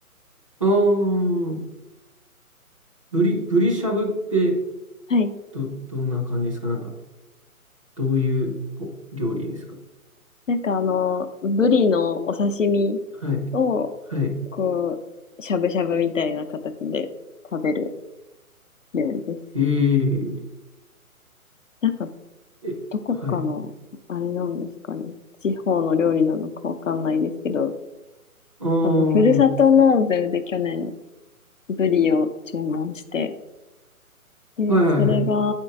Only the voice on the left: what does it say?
はい。
なんかあの、ブリのお刺身
を、
こう、しゃぶしゃぶみたいな形で食べる料理です。
なんか
どこかの、
あれなんですかね。地方の料理なのかわかんないですけど、
あの、ふるさと納税で去年、ブリを注文して、で、
それが